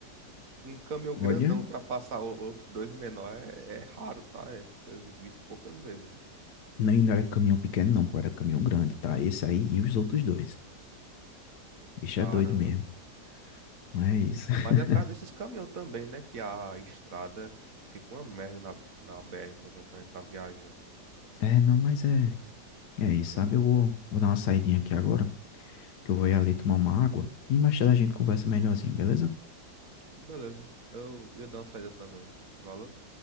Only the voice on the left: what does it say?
Olha,
não, e não era caminhão pequeno, não, pô, era caminhão grande, tá? Esse aí e os outros dois. O bicho
é doido mesmo. Mas, <laughs>
é, não, mas é, é isso, sabe? Eu vou, vou dar uma saidinha aqui agora, que eu vou ir ali tomar uma água. E mais tarde a gente conversa melhorzinho, beleza?